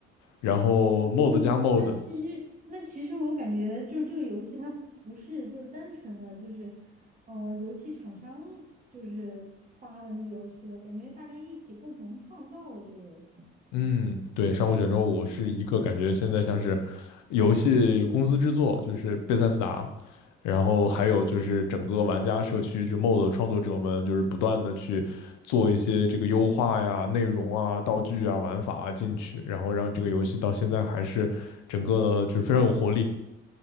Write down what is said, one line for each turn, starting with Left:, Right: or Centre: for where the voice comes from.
Left: 然后
Right: 哦，
Left: mod 加 mod，
Right: 那其实那其实我感觉就是这个游戏它不是就是单纯的就是，呃，游戏厂商就是发的那个游戏了，感觉大家一起共同创造了这个游戏。
Left: 嗯，对，上古卷轴五是一个感觉现在像是游戏公司制作，就是贝塞斯达，然后还有就是整个玩家社区，就 mod 创作者们就是不断的去做一些这个优化呀、内容啊、道具啊、玩法啊进去，然后让这个游戏到现在还是整个的就是非常有活力。